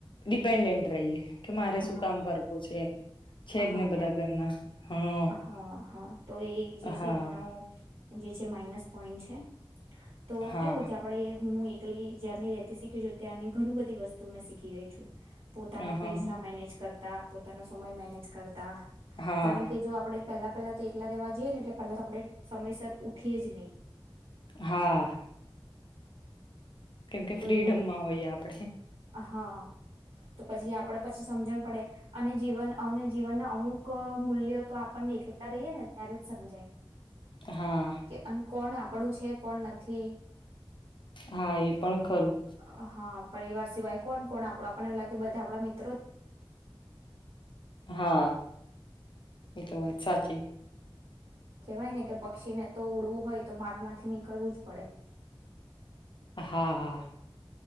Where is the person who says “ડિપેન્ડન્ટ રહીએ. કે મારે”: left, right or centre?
Left